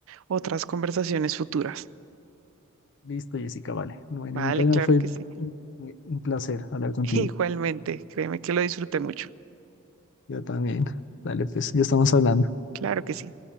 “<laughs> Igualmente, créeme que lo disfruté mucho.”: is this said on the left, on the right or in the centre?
Right